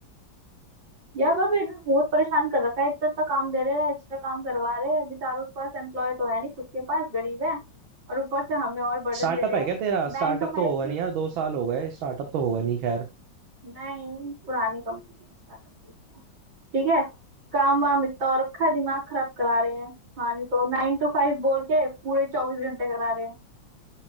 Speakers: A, on the right; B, on the right.
A: यार पर फिर भी बहुत परेशान कर रखा है इतना इतना काम दे रहे हैं एक्स्ट्रा काम करवा रहे हैं बेचारों के पास एम्प्लॉय तो है नहीं खुद के पास गरीब है और ऊपर से हमें और बर्डन
B: स्टार्टअप
A: दे रहे
B: है
A: हैं
B: क्या तेरा
A: नाइन
B: स्टार्टअप
A: टू फाइव
B: तो
A: की
B: होगा नहीं यार दो साल हो गए स्टार्टअप तो होगा नहीं खैर
A: नहीं पुरानी कंपनी है स्टार्टअप ठीक है काम वाम इतना और रखा है दिमाग खराब करा रहे हैं हाँ नहीं तो नाइन टू फाइव बोल के पूरे चौबीस घंटे करा रहे हैं